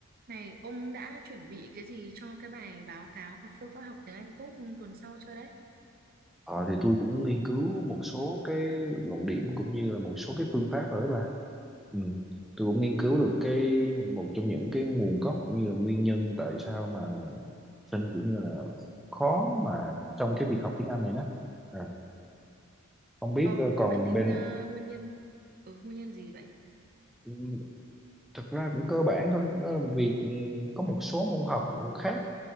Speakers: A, on the right (about 45°); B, in the centre.
A: Này, ông đã chuẩn bị cái gì cho cái bài báo cáo và phương pháp học tiếng Anh tốt tuần sau chưa đấy?
B: Ờ, thì tôi cũng nghiên cứu một số cái luận điểm cũng như là một số cái phương pháp rồi đấy bà. Ừ. Tôi cũng nghiên cứu
A: Ồ,
B: được cái một trong những cái nguồn gốc cũng như là nguyên nhân tại sao mà sinh kiểu như là khó mà trong cái việc học tiếng Anh này đó. À, không biết
A: ờ,
B: ờ,
A: ông
B: còn
A: đã tìm
B: bên
A: ra nguyên nhân. Ừ, nguyên nhân gì vậy?
B: ừ, thực ra cũng cơ bản thôi, nó là việc ừ, có một số môn học khác